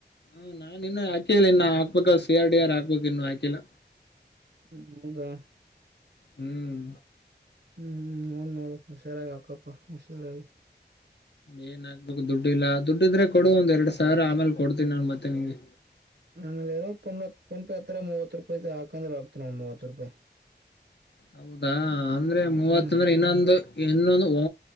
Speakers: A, on the left (about 75°); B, on the right (about 70°).
A: ಹ್ಮ ನಾ ಇನ್ನು ಹಾಕಿಲ್ಲ ಇನ್ನ ಹಾಕ್ಬೇಕ ಸಿ ಆರ್ ಡಿ ಆರ್ ಹಾಕ್ಬೇಕು ಇನ್ನು ಹಾಕಿಲ್ಲ.
B: ಹ್ಮ ಹೌದಾ.
A: ಹ್ಮ್.
B: ಹ್ಮ್ ಹ್ಮ್ ನೋಡ್ ನೋಡು ಹುಷಾರಾಗಿ ಹಾಕ್ಕಪ್ಪ ಹುಷಾರಾಗಿ.
A: ಏನ್ ಆಗಗ್ಬೇಕು ದುಡ್ಡಿ ಇಲ್ಲಾ ದುಡ್ಡ ಇದ್ರೆ ಕೊಡು ಒಂದ್ ಎರಡ್ ಸಾವಿರ ಆಮೇಲೆ ಕೊಡ್ತೀನಿ ನಾನು ಮತ್ತೆ ನಿಂಗೆ.
B: ನಾನಲ್ಲಿ ಇರೋದು ಫೋನ್ ಪೆ ಹತ್ರ ಮೂವತ್ತು ರೂಪಾಯಿ ಇದೆ ಹಾಕಂದ್ರೆ ಆಗ್ತನಿ ಮೂವತ್ತು ರೂಪಾಯಿ
A: ಹೌದ ಅಂದ್ರೆ ಮೂವತ್
B: ಹ್ಮ್
A: ಅಂದ್ರೆ ಇನ್ನೊಂದು ಇನ್ನೊಂದು